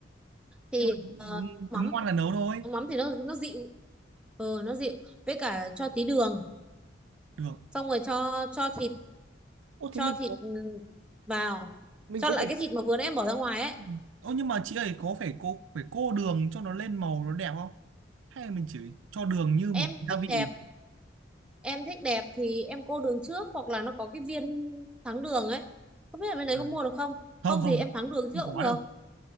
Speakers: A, in the centre; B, on the right.
A: thì
B: nhưng mà
A: ờ, mắm
B: cứ ngon là nấu thôi
A: nấu mắm thì nó nó dịu ờ nó dịu với cả cho tí đường
B: được
A: xong rồi cho cho thịt
B: Ô
A: cho
B: thế mình
A: thịt
B: có,
A: ừ, vào
B: mình
A: cho
B: có
A: lại
B: phải
A: cái thịt mà vừa nãy em bỏ ra ngoài ấy
B: Ừ. Ô nhưng mà chị ấy có phải cô phải cô đường cho nó lên màu nó đẹp không? Hay là mình chỉ cho đường như
A: em
B: một gia
A: thích
B: vị?
A: đẹp em thích đẹp thì em cô đường trước hoặc là nó có cái viên thắng đường ấy không biết là bên đấy
B: À,
A: có mua được không
B: không
A: không
B: không,
A: thì em thắng đường trước
B: không
A: cũng
B: có
A: được
B: đâu.